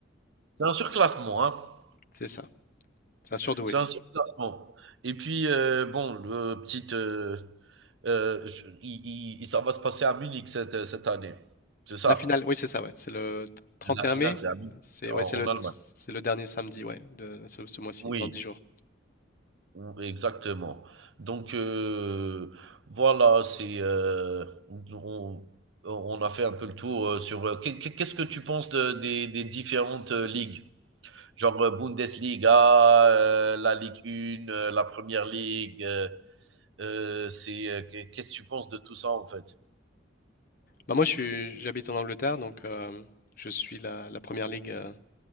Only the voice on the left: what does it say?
c'est ça. C'est un surdoué.
La finale, oui, c'est ça, ouais. C'est le 31
mai.
C'est ouais,
c'est le,
c'est le dernier samedi, ouais, de ce, ce mois-ci,
dans dix jours.
Bah, moi, je suis, j'habite en Angleterre, donc euh, je suis la, la première ligue euh,